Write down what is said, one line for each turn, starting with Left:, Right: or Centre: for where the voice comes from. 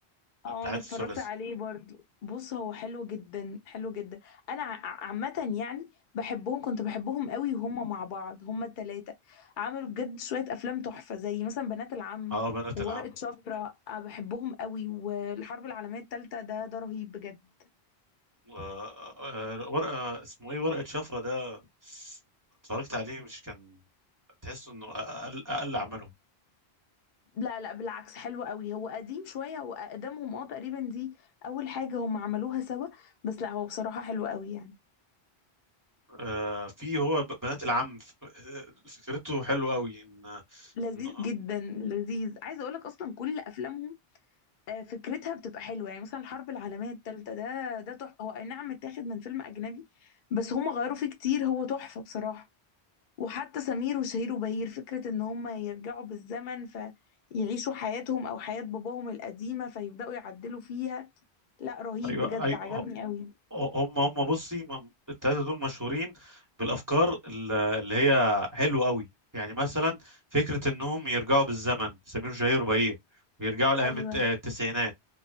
Left: اه
Right: بتاعت
Left: انا اتفرجت
Right: الثلاثي
Left: عليه برضو بص هو حلو جدا حلو جدا انا ع- عامه يعني بحبهم كنت بحبهم قوي وهم مع بعض هم التلاتة عملوا بجد شويه افلام تحفه زي مثلا بنات العم
Right: اه بنات
Left: وورقه
Right: العم
Left: شفره أه بحبهم قوي والحرب العالميه التالتة ده ده رهيب بجد
Right: آه، آه، آه، ورقه اسمه ايه ورقه شفره ده اتفرجت عليه مش كان تحس انه اقل اقل عملهم
Left: لا لا بالعكس حلو قوي هو قديم شوية هو أقدمهم اه تقريبا دي أول حاجة هم عملوها سوا بس لا هو بصراحة حلو قوي يعني
Right: آه، في هو ب- بنات العم ف- آه، فكرته حلوه قوي ان
Left: لذيذ
Right: إن-
Left: جدا لذيذ عايزة أقولك أصلا كل أفلامهم آه، فكرتها بتبقى حلوة يعني مثلا الحرب العالمية التالتة ده ده تحفة هو أي نعم متاخد من فيلم أجنبي بس هم غيروا فيه كتير هو تحفة بصراحة وحتى سمير وشهير وبهير فكرة إن هم يرجعوا بالزمن فيعيشوا حياتهم أو حياة باباهم القديمة فيبدأوا يعدلوا فيها لا رهيب
Right: ايوه
Left: بجد
Right: ايوه
Left: عجبني قوي
Right: هم هم بصي م- التلاتة دول مشهورين بالافكار ال- اللي هي حلوه قوي يعني مثلا فكره انهم يرجعوا بالزمن سمير وشهير وبهير ويرجعوا لايام
Left: أيوة
Right: الت- آه، التسعينات